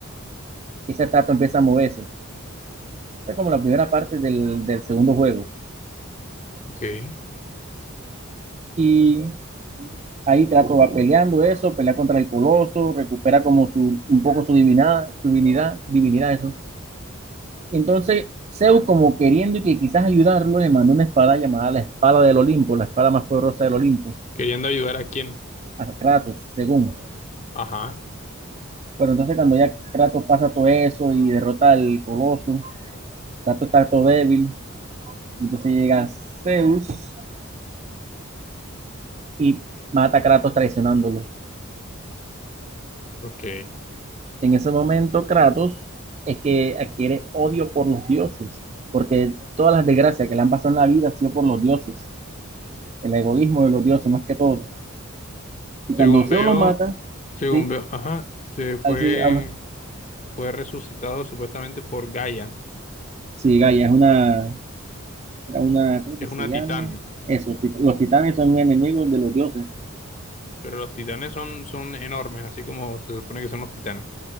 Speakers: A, on the right; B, on the left.
A: Y esa estatua empieza a moverse. Esa es como la primera parte del, del segundo juego.
B: ok.
A: Y ahí Kratos va peleando eso, pelea contra el coloso, recupera como su, un poco su divinidad, su divinidad, divinidad eso. Y entonces Zeus como queriendo y que quizás ayudarlo, le mandó una espada llamada la espada del Olimpo, la espada más poderosa del Olimpo
B: Queriendo ayudar a quién.
A: a Kratos, según.
B: Ajá.
A: Pero entonces cuando ya Kratos pasa todo eso y derrota al coloso, Kratos está todo débil, entonces llega Zeus y mata a Kratos traicionándolo.
B: Ok.
A: En ese momento Kratos es que adquiere odio por los dioses, porque todas las desgracias que le han pasado en la vida han sido por los dioses, el egoísmo de los dioses más que todo. Y cuando
B: Según
A: Zeus
B: veo,
A: lo mata,
B: según
A: sí,
B: veo, ajá, se fue,
A: ahí sí habla.
B: fue resucitado supuestamente por Gaia,
A: Sí, Gaia es una, era una, ¿cómo
B: que
A: que
B: es
A: se
B: una
A: llama?
B: titán,
A: Eso, tit- los titanes son enemigos de los dioses.
B: pero los titanes son, son enormes, así como se supone que son los titanes.